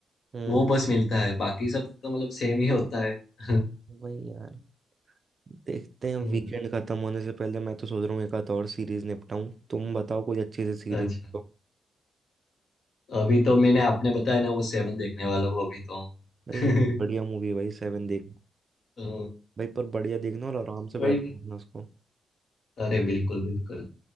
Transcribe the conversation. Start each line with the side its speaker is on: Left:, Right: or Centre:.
Right: हम्म
Left: वो बस मिलता है बाकी सब तो मतलब सेम ही होता है <laughs>
Right: वही यार देखते हैं
Left: हम्म,
Right: वीकेंड खत्म होने से पहले मैं तो सोच रहा हूँ एक आध और सीरीज निपटाऊं तुम बताओ कोई अच्छी सी सीरीज
Left: अच्छा
Right: तो
Left: अभी तो मैंने आपने बताया ना वो सेवन देखने वाला हूँ अभी तो
Right: भाई
Left: <laughs>
Right: बढ़िया मूवी भाई सेवन देख
Left: तो
Right: भाई पर बढ़िया देखना और आराम से
Left: कोई
Right: बैठ
Left: नहीं
Right: के देखना उसको
Left: अरे बिल्कुल बिल्कुल